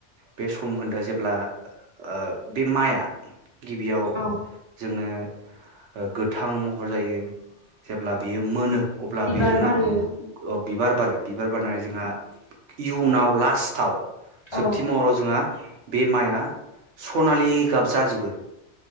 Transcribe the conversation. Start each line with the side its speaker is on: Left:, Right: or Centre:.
Right: बे समखोन्दोआ जे ब्ला ओ बे माइआ गिबियाव
Left: औ
Right: जोंनो ओ गोथां महर जायो जेब्ला बेयो मोनो अब्ला
Left: बिबार
Right: बेयो जोंहा
Left: बारो
Right: बिबार बारो बिबार बारनानै जोंहा इयुनाव लास्टाव
Left: औ
Right: जोबथि महराव जोंहा बे माइआ सनालि गाब जाजोबो।